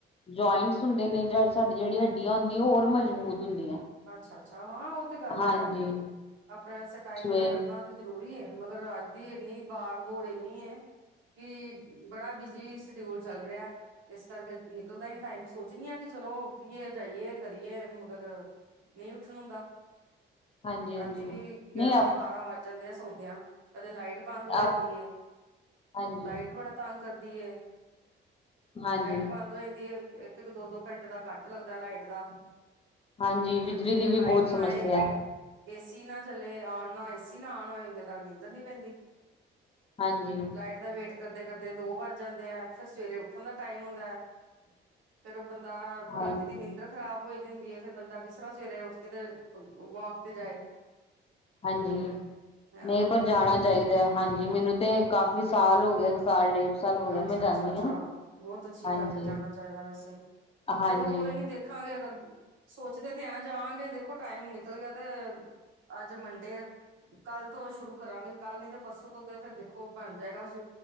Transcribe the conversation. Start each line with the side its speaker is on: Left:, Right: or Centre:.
Left: ਜੁਆਇੰਟਸ ਹੁੰਦੇ ਨੇ ਜਾਂ ਸਾਡੀ ਜਿਹੜੀ ਹੱਡੀਆਂ
Right: ਹਮ
Left: ਹੁੰਦੀ ਉਹ ਹੋਰ ਮਜ਼ਬੂਤ ਹੁੰਦੀਆਂ
Right: ਅੱਛਾ ਅੱਛਾ ਹਾਂ ਉਹ ਤੇ ਗੱਲ
Left: ਹਾਂਜੀ
Right: ਹੈ ਆਪਣੇ ਵਾਸਤੇ ਟਾਈਮ
Left: ਸਵੇ
Right: ਕੱਢਣਾ ਤੇ ਜ਼ਰੂਰੀ ਹੈ ਮਗਰ ਅੱਜ ਦੀ ਇੰਨੀ ਬਾਗ ਦੌੜ ਇੰਨੀ ਏ ਕਿ ਬੜਾ ਬਿਜੀ ਸ਼ਡਿਊਲ ਚੱਲ ਰਿਹਾ ਹੈ ਇਸ ਕਰਕੇ ਨਿਕਲਦਾ ਹੀ ਨੀਂ ਟਾਈਮ ਸੋਚਣੀ ਆ ਕਿ ਚਲੋ ਉੱਠੀਏ ਜਾਈਏ ਕਰੀਏ ਮਗਰ ਨਹੀਂ ਉੱਠਣ ਹੁੰਦਾ
Left: ਹਾਂਜੀ-ਹਾਂਜੀ
Right: ਰਾਤੀ ਵੀ ਗਿਆਰਾਂ
Left: ਨਹੀਂ ਆਪ
Right: ਬਾਰਾਂ ਵੱਜ ਜਾਂਦੇ ਆ ਸੌਦਿਆਂ ਕਦੇ ਲਾਈਟ ਬੰਦ ਹੋ
Left: ਆਪ
Right: ਜਾਂਦੀ
Left: ਹਾਂਜੀ,
Right: ਲਾਈਟ ਬੜਾ ਤੰਗ ਕਰਦੀ
Left: ਹਾਂਜੀ,
Right: ਲਾਈਟ ਬੰਦ ਹੋ ਜਾਂਦੀ ਹੈ। ਇੱਕ-ਇੱਕ ਦੋ-ਦੋ ਘੰਟੇ ਦਾ ਕੱਟ ਲੱਗਦਾ ਲਾਈਟ ਦਾ,
Left: ਹਾਂਜੀ
Right: ਉਹ ਫੇਰ
Left: ਬਿਜਲੀ
Right: ਜਿਨੀਂ
Left: ਦੀ
Right: ਦੇਰ
Left: ਵੀ
Right: ਲਾਈਟ
Left: ਬਹੁਤ ਸਮੱਸਿਆ
Right: ਨਾ ਆਏ
Left: ਹੈ
Right: ਏਸੀ ਏ ਨਾ ਚੱਲੇ ਆਨ ਨਾ ਏਸੀ ਨਾ ਆਨ ਹੋਏ ਹੁੰਦੇ ਤ ਨੀਂਦਰ ਨੀ ਪੈਂਦੀ
Left: ਹਾਂਜੀ,
Right: ਲਾਈਟ ਦਾ ਵੇਟ ਕਰਦੇ ਕਰਦੇ ਦੋ ਵੱਜ ਜਾਂਦੇ ਆ ਫੇਰ ਸਵੇਰੇ ਉੱਠਣ ਦਾ ਟਾਈਮ ਹੁੰਦਾ ਫੇਰ ਉਹ ਬੰਦਾ
Left: ਹਾਂਜੀ,
Right: ਰਾਤੀ ਦੀ ਨੀਦਰ ਖਰਾਬ ਹੋਈ ਦੀ ਹੁੰਦੀ ਹੈ ਫੇਰ ਬੰਦਾ ਕਿਸ ਤਰ੍ਹਾਂ ਸਵੇਰੇ ਉੱਠ ਕੇ ਤੇ ਵੋਕ ਤੇ ਜਾਓ।
Left: ਹਾਂਜੀ
Right: ਹਾਂ
Left: ਨਹੀਂ ਪਰ ਜਾਣਾ ਚਾਹੀਦਾ ਹਾਂਜੀ ਮੈਨੂੰ ਤੇ ਕਾਫ਼ੀ ਸਾਲ ਹੋ ਗਿਆ। ਸਾਲ ਡੇਡ ਸਾਲ ਹੋ ਗਿਆ
Right: ਅੱਛਾ-ਅੱਛਾ-ਅੱਛਾ
Left: ਮੈਂ ਜਾਂਦੀ ਹਾਂ
Right: ਬਹੁਤ ਅੱਛੀ
Left: ਹਾਂਜੀ,
Right: ਗੱਲ ਹੈ ਜਾਨਾ ਚਾਹੀਦਾ ਵੈਸੇ,
Left: ਹਾਂਜੀ,
Right: ਚਲੋ ਕੋਈ ਨੀ ਦੇਖਾਂਗੇ ਅਗਰ, ਸੋਚਦੇ ਤੇ ਐ ਜਾਵਗੇ ਦੇਖੋ ਟਾਈਮ ਨਿਕਲ ਗਿਆ ਤੇ ਅੱਜ ਮੰਡੇ ਕੱਲ ਤੋਂ ਸ਼ੁਰੂ ਕਰਾਂਗੇ ਕੱਲ ਨੀ ਤੇ ਪਰਸੋਂ ਤੋਂ ਤੇ ਫੇਰ ਦੇਖੋ ਬਣ ਜਾਏਗਾ ਸੀ।